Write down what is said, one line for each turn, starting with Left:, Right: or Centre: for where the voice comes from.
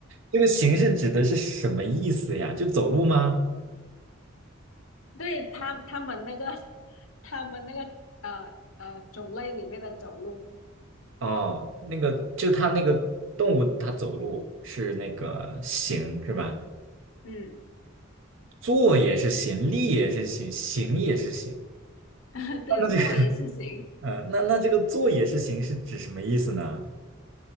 Right: 这个行是指的是什么意思呀？
Left: 嗯。
Right: 就走路吗？
Left: 对他他们那个 <laughs> 他们那个呃呃种类里面的走路，
Right: 哦，那个就它那个动物它走路是那个行是吧？
Left: 嗯，
Right: 坐也是行，立也是行，行也是行。
Left: <laughs> 对，
Right: 那这个，
Left: 莫言是行，
Right: 嗯，那那这个坐也是行是指什么意思呢？